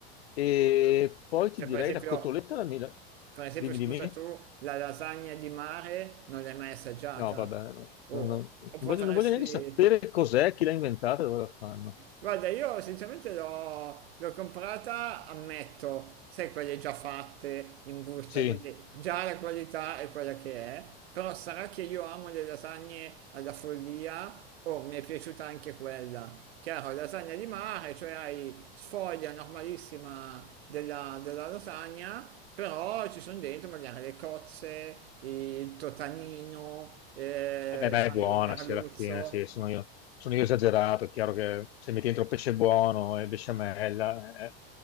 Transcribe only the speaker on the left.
E poi ti
direi
la cotoletta alla mila.
Dimmi,
dimmi.
No, vabbè, no, no,
no. Non
voglio, non voglio neanche sapere cos'è, chi l'ha inventata e dove la fanno.
Sì.
Eh beh, ma
è buona,
sì, alla fine, sì, sono io, sono io esagerato, è chiaro che se metti dentro pesce buono e besciamella è,